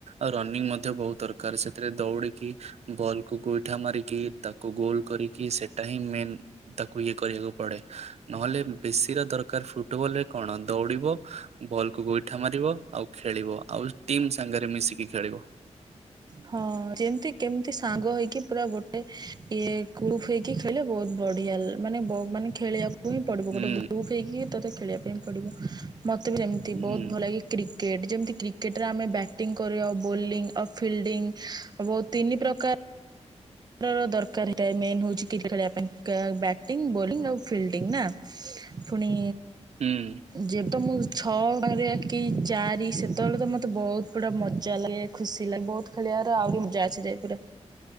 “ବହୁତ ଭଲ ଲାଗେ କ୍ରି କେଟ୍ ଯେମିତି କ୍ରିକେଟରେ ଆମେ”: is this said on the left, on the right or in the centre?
Right